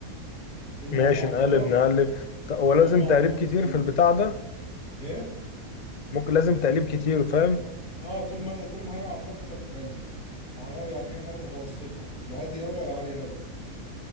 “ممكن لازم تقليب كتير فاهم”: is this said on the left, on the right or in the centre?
Left